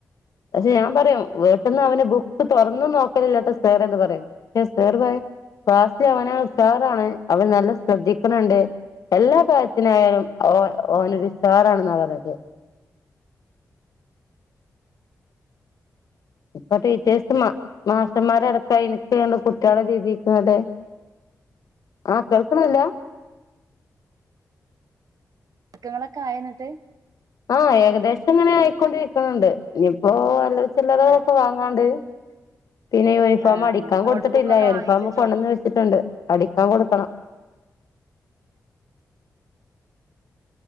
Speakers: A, on the left; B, on the right.
A: പക്ഷെ ഞാൻ പറയും വീട്ട്ന്ന് അവന് ബുക്ക് തൊറന്ന് നോക്കലില്ലാട്ടോ സേറെന്ന് പറയും പക്ഷേ സേറ് പറയും ക്ലാസില് അവന് ഉഷാറാണ് അവൻ നല്ല ശ്രദ്ധിക്ക്ണ ണ്ട് എല്ലാ കാര്യത്തിനായാലും ഓ ഓനൊരു സ്റ്റാറാണ്ന്നാ പറഞ്ഞത് ഇപ്പൊ ടീച്ചേഴ്സ് മാഷന്മാരടക്ക അയിനക്ക് കുട്ടികളെ രീതിക്ക്ങ്ങട്ട് ആഹ് കേൾക്ക്ണില്ല?
B: ക്കങ്ങളൊക്കെ ആയോ ഇന്നെട്ട്?
A: ആഹ് ഏകദേശം ഇങ്ങനെ ആയിക്കൊണ്ടിരിക്ക്ണ് ണ്ട് ഇഞ്ഞ്പ്പോ നല്ല ളെക്ക് ഇള്ളത്ക്കെ
B: ആ
A: വാങ്ങാണ്ട് പിന്നെ യൂണിഫോം
B: ആ
A: അടിക്കാൻ
B: നോട്ട്
A: കൊടുത്തിട്ടില്ല
B: ബുക്കൊക്കെ
A: യൂണിഫോമ്
B: വാങ്ങിച്ചച്ചോ
A: കൊണ്ടന്ന് വെച്ചിട്ടുണ്ട് അടിക്കാൻ കൊടുക്കണം